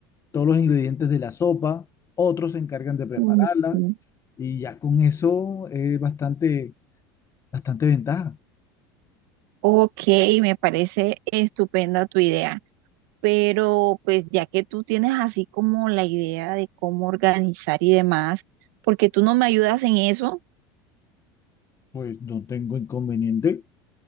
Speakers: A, on the left; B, on the right.
A: todos los ingredientes de la sopa, otros se encargan de prepararla
B: ok,
A: y ya con eso es bastante, bastante ventaja.
B: Ok, me parece estupenda tu idea. pero pues ya que tú tienes así como la idea de cómo organizar y demás, porque tú no me ayudas en eso.
A: Pues no tengo inconveniente,